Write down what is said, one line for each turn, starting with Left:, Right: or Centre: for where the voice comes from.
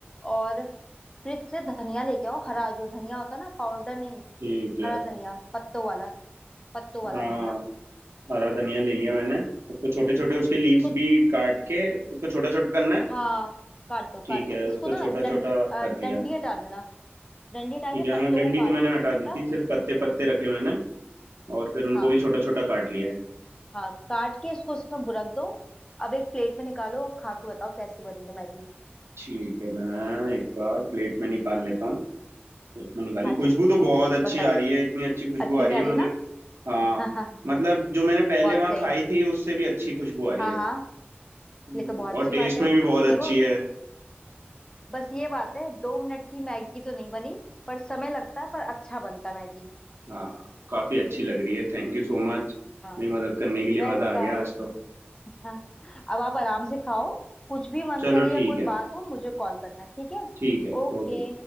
Left: और फ्रिज से धनिया लेके आओ हरा जो धनिया होता है ना पाउडर नहीं
Right: ठीक है
Left: हरा धनिया पत्तों वाला पत्तों वाला
Right: हाँ
Left: धनिया
Right: हरा धनिया ले लिया मैंने उसको छोटे छोटे उसके लीव्स
Left: इसको
Right: भी काट के उसको छोटा छोटा करना है
Left: हाँ काट दो
Right: ठीक
Left: काट दो
Right: है
Left: इसको
Right: उसको
Left: ना
Right: छोटा
Left: डं,
Right: छोटा
Left: अ,
Right: कर
Left: डंडी
Right: लिया
Left: हटा देना डंडी हटा
Right: ठीक
Left: के
Right: है
Left: पत्तों
Right: हाँ डंडी
Left: को
Right: तो
Left: काट
Right: मैंने
Left: लो छोटा
Right: हटा
Left: छोटा
Right: दी थी सिर्फ पत्ते पत्ते रखे मैंने और फिर उनको
Left: हाँ
Right: भी छोटा छोटा काट लिया है
Left: हाँ काट के इसको उसमें बुरक दो अब एक प्लेट में निकालो और खा के बताओ कैसी बनी है मैगी
Right: ठीक है मैं एक बार प्लेट में निकाल लेता हूँ प्लेट में निकाली
Left: हाँ
Right: खुशबू
Left: जी
Right: तो बहुत अच्छी
Left: बताइए
Right: आ रही है इतनी अच्छी खुशबू
Left: अच्छी
Right: आ रही
Left: आ
Right: है
Left: रही
Right: मुझे
Left: ना
Right: हाँ
Left: <laughs> हाँ
Right: मतलब जो मैंने पहले
Left: बहुत
Right: वहाँ
Left: सही
Right: खाई थी उससे भी अच्छी खुशबू आ रही
Left: हाँ
Right: है
Left: हाँ
Right: हम्म,
Left: ये तो बहुत अच्छी
Right: और टेस्ट
Left: बात है
Right: में भी बहुत अच्छी
Left: देखो
Right: है
Left: बस ये बात है दो मिनट की मैगी तो नहीं बनी पर समय लगता है पर अच्छा बनता है मैगी
Right: हाँ काफी अच्छी लग रही है थैंक यू सो मच
Left: हाँ
Right: मेरी मदद करने के लिए
Left: वेलकम
Right: मजा आ गया आज तो
Left: <laughs> अब आप आराम से खाओ कुछ भी मन
Right: चलो
Left: करे
Right: ठीक
Left: या कोई
Right: है
Left: बात हो मुझे कॉल करना ठीक है
Right: ठीक है
Left: ओके
Right: ओके